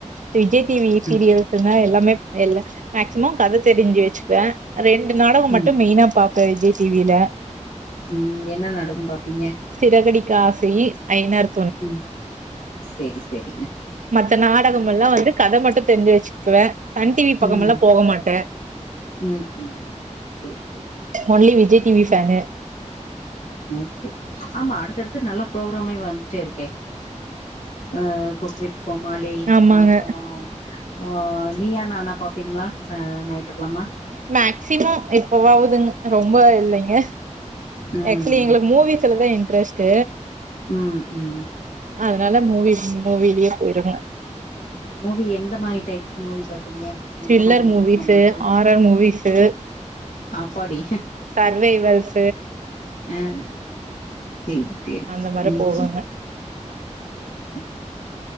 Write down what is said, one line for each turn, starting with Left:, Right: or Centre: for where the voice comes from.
Right: விஜய் டிவி சீரியல்ஸ்ன்னா
Left: ம்
Right: எல்லாமே எல் மேக்சிமம் கத தெரிஞ்சு வெச்சுக்குவே ரெண்டு நாடக மட்டு
Left: ம்
Right: மெய்னா பாப்ப விஜய் டிவில
Left: ம் என்ன நாடகோ பாப்பீங்க
Right: சிரகடிக்க ஆசை ஐநர்
Left: ம் செரி செரிங்க
Right: மத்த நாடகம் எல்லா வந்து கத மட்டு தெரிஞ்சு வெச்சுக்குவே சன் டிவி பக்கம்
Left: ம்
Right: எல்லா போக மாட்டே
Left: ம் ம் சேரி செரி
Right: only Vijay TV fan
Left: okay ஆமா அடுத்தடுத்து நல்ல புரோக்கிராமே வந்டே இருக் கே ஆ குக் வித் கோமாளி
Right: ஆமாங்க
Left: அப்புறோ ஆ நீயா நானா பாப்பீங்ளா ச ஞாயிற்றுக்கிழம
Right: மேக்சிமம் எப்பவாவதுங் ரொம்ப இல்லைங்க
Left: ம்
Right: ஆக்சுலி எங்களுக்கு மூவிஸ்லதா இன்ட்ரஸ்ட்
Left: ம் ம்
Right: அதனால மூவி மூவிலயே போயிருங்க
Left: மூவி எந்த மாரி டைப் மூவி பாப்பீங்க
Right: த்ரில்லர்
Left: எந்த மாரி
Right: மூவிஸு
Left: பிடிக்கு உங்களுக்கு
Right: ஹாரர் மூவிஸு
Left: அப்பாடி
Right: சர்வைவல்ஸு
Left: அ சேரி சேரி
Right: அந்த மாரி
Left: ம்
Right: போகுங்க
Left: ஓகே